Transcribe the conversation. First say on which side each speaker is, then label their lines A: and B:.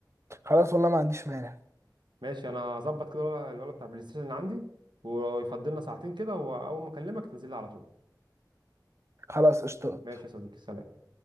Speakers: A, on the right (about 40°); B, on the right (about 85°).
A: خلاص والله ما عنديش مانع
B: ماشي انا هظبط كده الولد الولد بتاع بلاي ستيشن اللي عندي ويفضلنا ساعتين كده واول ما اكلمك تنزل لي على طول
A: خلاص اشتغل
B: ماشي يا صديقي سلام